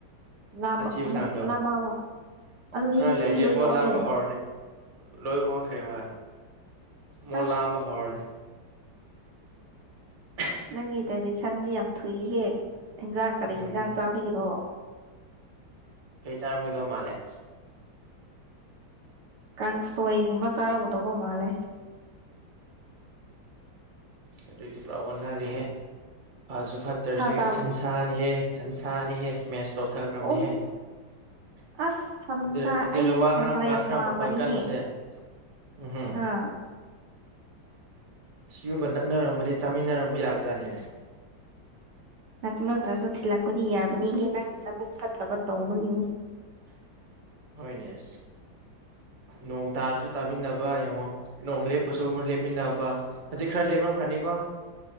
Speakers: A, on the right; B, on the right.
A: ꯂꯥꯝꯕ
B: ꯁꯥꯊꯤꯕ
A: ꯑꯃꯨꯛ
B: ꯆꯥꯡꯗꯣ
A: ꯂꯥꯝꯃꯛꯑꯕ ꯑꯗꯨꯗꯤ
B: ꯈꯔ
A: ꯊꯤ
B: ꯂꯩꯔꯗꯤ
A: ꯂꯣꯏꯅ
B: ꯑꯃꯨꯛ
A: ꯑꯣꯜꯂꯦ
B: ꯂꯥꯝꯕ ꯍꯧꯔꯅꯦ ꯂꯣꯏ ꯑꯣꯟꯈ꯭ꯔꯦ ꯍꯣꯏ ꯃꯨ
A: ꯑꯁ
B: ꯂꯥꯑꯝꯕ ꯍꯧꯔꯅꯤ <unintelligible>
A: ꯅꯪꯒꯤ ꯗꯥꯏꯖꯁꯟꯁ ꯌꯥꯝ ꯊꯨꯏ ꯍꯦꯛ ꯏꯟꯖꯥꯡ ꯀꯔꯤ
B: ꯎꯝ
A: ꯏꯟꯖꯥꯡ ꯆꯥꯕꯤꯔꯣ
B: ꯀꯩ ꯆꯥꯔꯝꯒꯗꯧꯕ ꯃꯥꯜꯂꯦ
A: ꯀꯥꯡꯁꯣꯏꯒꯨꯝꯕ ꯆꯥꯔꯝꯒꯗꯧꯕ ꯃꯥꯜꯂꯦ
B: ꯑꯗꯨꯒꯤ ꯄꯨ꯭ꯔꯥ ꯑꯣꯟꯅꯔꯤꯍꯦ ꯐꯁꯨ ꯐꯠꯇ꯭ꯔꯁꯦ
A: ꯁꯥ ꯆꯥꯕ
B: ꯁꯟꯁꯥꯅꯤꯍꯦ ꯁꯟꯁꯥꯅꯤꯍꯦ ꯏꯁꯃꯦꯁ ꯇꯧꯊꯈ꯭ꯔꯕꯅꯤꯍꯦ
A: ꯑꯣꯝ ꯑꯁ ꯁꯟꯁꯥ
B: ꯑꯗꯨ ꯑꯗꯨꯅ
A: ꯑꯩꯁꯨ
B: ꯋꯥ
A: ꯁꯟꯁꯥ
B: ꯉꯥꯡꯕꯀ
A: ꯌꯥꯝ
B: ꯈꯔ
A: ꯄꯥꯝꯕꯅꯤꯅꯦ
B: ꯃꯈꯣꯟ ꯀꯟꯕꯁꯦ ꯎꯍꯨꯝ
A: ꯑꯥ
B: ꯁꯤꯒꯨꯝꯕ ꯅꯛꯅꯔꯝꯕꯗꯤ ꯆꯥꯃꯤꯟꯅꯔꯝꯕ ꯌꯥꯕ ꯖꯥꯠꯅꯤꯅꯦ
A: ꯅꯛꯅꯗ꯭ꯔꯁꯨ ꯊꯤꯜꯂꯛꯄꯗꯤ ꯌꯥꯕꯅꯤꯍꯦ ꯅꯪ ꯅꯕꯨꯛ ꯐꯠꯇꯕ ꯇꯧꯕꯒꯤꯅꯤ
B: ꯍꯣꯏꯅꯦ ꯅꯣꯡ ꯇꯥꯔꯁꯨ ꯇꯥꯃꯤꯟꯅꯕ ꯌꯦꯡꯉꯣ ꯅꯣꯡ ꯂꯦꯞꯄꯁꯨ ꯑꯃꯨꯛ ꯂꯦꯞꯃꯤꯟꯅꯕ ꯍꯧꯖꯤꯛ ꯈꯔ ꯂꯦꯞꯂꯝꯝꯈ꯭ꯔꯅꯤꯀꯣ